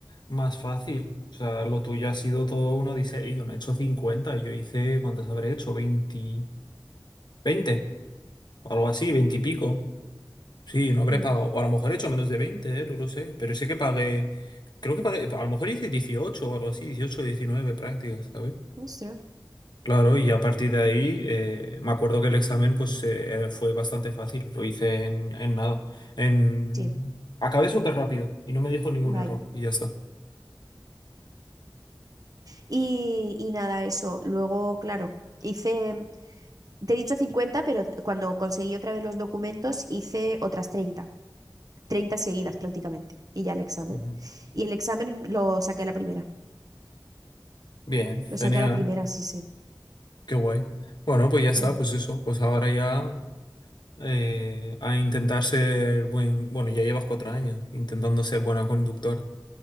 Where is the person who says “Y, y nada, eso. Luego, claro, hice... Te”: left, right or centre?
Right